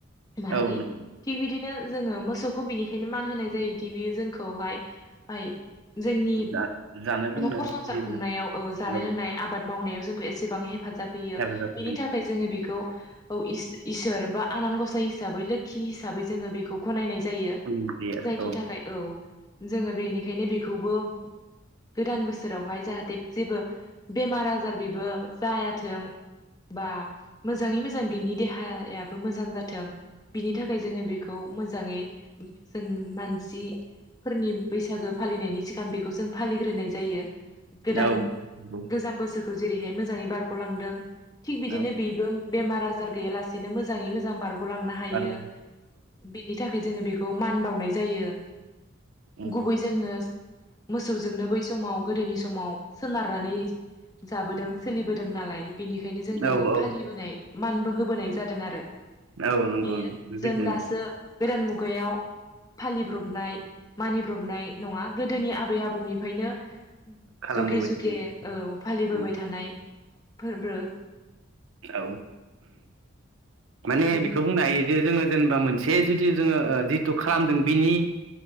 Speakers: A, on the left (about 20°); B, on the right (about 80°).
A: माहारि
B: औ नंगौ
A: थिक बिदिनो जोङो मोसौखौ बिनिखायनो मान होनाय जायोदि बेयो जों खौहाय माइ जोंनि
B: जा जानो लोंनो
A: न'खर संसार
B: बिदिनो
A: खुंनायाव ओ जानाय
B: औ
A: लोंनाय आबाद मावनायाव जों एसेबां हेफाजाब होयो
B: हेफाजाब
A: बिनि थाखाय जोङो बेखौ खौ इस-इसोर बा आनान गसाइ हिसाबै लोखि हिसाबै जोङो बेखौ गनायनाय जायो
B: होनाय जायो
A: जायनि थाखाय औ। जोङो बेनिखायनो बेखौबो गोदान बोसोरावहाय जाहाथे जेबो बेमार आजार बेबो जायाथों बा मोजाङै मोजां बेनि देहाया याबो मोजां जाथों बिनि थाखाय जोङो बेखौ मोजाङै जों मानसि फोरनि बैसागो फालिनायनि सिगां बेखौ जों फालिग्रोनाय जायो। गोदान
B: आरो औ
A: गोजाम बोसोरखौ जेरैहाय मोजाङै बारग'लांदों थिक बिदिनो
B: औ
A: बेबो बेमार आजार गैयालासिनो मोजाङै मोजां बार लांनो हायो
B: बार' औ
A: बिनि थाखाय जोङो बेखौ मान बावनाय जायो,
B: उम
A: गुबै जोङो मोसौजोंनो बै समाव गोदोनि समाव सोनारनानै जाबोदों सोलिबोदों नालाय बेनिखायनो जों बेखौ
B: औ औ
A: फालिबोनाय, मानबो होबोनाय जादों आरो
B: औ नंगौ
A: बेयो
B: नंगौ बेबायदिनो
A: जों दासो गोदान मुगायाव फालिब्रबनाय, मानिब्रबनाय नङा गोदोनि आबै आबौनिफ्रायनो,
B: खालामबोबाय
A: जुगे जुगे
B: थादों
A: औ फालिबोबाय
B: उम
A: थानाय फोरबो,
B: औ
A: औ
B: माने
A: नोंथां
B: बेखौ बुंनो हायो जे जोङो, जेनेबा मोनसे जिथु जोङो जिथु खालामदों बिनि,